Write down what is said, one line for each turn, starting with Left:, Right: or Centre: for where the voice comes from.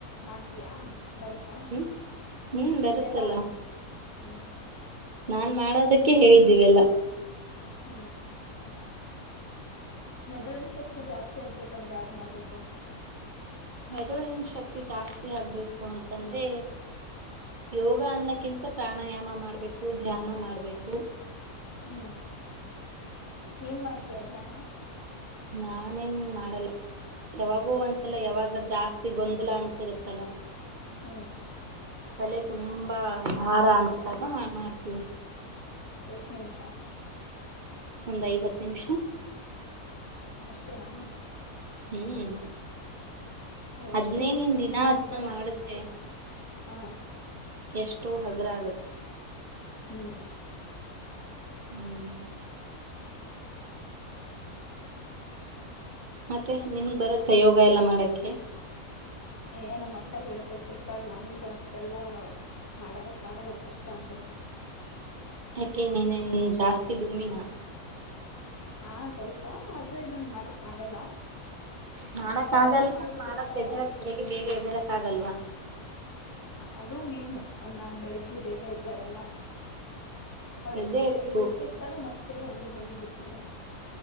Left: ಮಾಡ್ತಯಾ ಬರುತ್ತಾ
Right: ಹ್ಮ್ ಹ್ಮ್ ಬರುತ್ತಲ್ಲ
Left: ಇದೆಲ್ಲಾ ಹ್ಮ್ ಹ್ಮ್
Right: ನಾನ್ ಮಾಡೋದಕ್ಕೆ ಹೇಳಿದ್ದೀವೆಲ್ಲ
Left: ಹ್ಮ್ ಮೆದುಳಿನ ಶಕ್ತಿ ಜಾಸ್ತಿ ಆಗ್ಬೇಕಂದ್ರೆ ಯಾವ್ದ್ ಮಾಡ್ಬೇಕು
Right: ಮದಳನ ಶಕ್ತಿ ಜಾಸ್ತಿ ಆಗ್ಬೇಕು ಅಂತಂದ್ರೆ ಯೋಗ ಅನ್ನಕ್ಕಿಂತ ಪ್ರಾಣಾಯಾಮ ಮಾಡ್ಬೇಕು ಧ್ಯಾನ ಮಾಡ್ಬೇಕು
Left: ಹ್ಮ್ ನೀನ್ ಮಾಡ್ತೀಯಾ ಧ್ಯಾನ
Right: ನಾನೇನ್ ಮಾಡಲ್ಲ ಯಾವಾಗೂ ಒಂದ್ಸಲ ಯಾವಾಗ ಜಾಸ್ತಿ ಗೊಂದಲ ಅನ್ಸಿರುತ್ತಲ್ಲ
Left: ಹ್ಮ್
Right: ತಲೆ ತುಂಬಾ ಭಾರ ಅನ್ಸದಾಗ್ ಮಾಡ್ ಮಾಡ್ತೀನಿ.
Left: ಎಷ್ಟು ನಿಮಿಷ
Right: ಒಂದ ಐದು ಹತ್ತು ನಿಮಿಷ.
Left: ಅಷ್ಟೇನಾ
Right: ಹ್ಮ್.
Left: ಅಷ್ಟು
Right: ಅದ್ನೇ ನೀನ್
Left: ಸುಮ್ನೆ
Right: ದಿನ
Left: ಕೂತ್ಕೊಳ್ಳೋದು
Right: ದಿನ ಮಾಡುತ್ತೆ
Left: ಆಂ.
Right: ಎಷ್ಟೋ ಹಗುರ ಆಗತ್
Left: ಹ್ಮು.
Right: ಹ್ಮ್ ಮತ್ತೆ ನಿಮಿಗ್ ಬರತ್ತ ಯೋಗ ಎಲ್ಲ ಮಾಡಕ್ಕೆ.
Left: ಏ ನಮ್ಮಕ್ಕ ಹೇಳ್ಕೊಡ್ತಿರ್ತಾಳ ನನ್ಗ ಅಷ್ಟೆಲ್ಲಾ ಮಾಡದಕ್ಕ ಆಗಲ್ಲ ಕಷ್ಟ ಅನ್ಸತ್ತೆ.
Right: ಯಾಕೆ ನೀನೆನ್ ಜಾಸ್ತಿ ಡುಮ್ಮಿನ.
Left: ಹಾ ಸ್ವಲ್ಪ ಅದೇ ನಂಗ್ ಮಾಡಕ್ ಆಗಲ್ಲ.
Right: ಮಾಡಕ್
Left: ಅವಳಂದ್ರು
Right: ಆಗಲ್ವಾ
Left: ಮಾಡಿಸ್ತಿರ್ತಾಳೆ
Right: ಮಾಡಕ್ ಎದಳಕ್ ಬೆಳಗ್ಗೆ ಬೇಗ ಎದ್ದೆಳಕ್ ಆಗಲ್ವ?
Left: ಅದು ಮೇನ್ ನಾನ್ ಬೆಳಿಗ್ಗೆ ಬೇಗ ಎದ್ದೇಳಲ್ಲ ಅವಳ
Right: ಎದ್ದೇಳ್ಬೇಕು
Left: ಎಪ್ಸಿ ಎಪ್ಸಿ ಇರ್ತಾಳೆ ಮತ್ ಮತ್ತೆ ಹಂಗೆ ಮಲಗ್ ಬಿಡ್ತೀನಿ.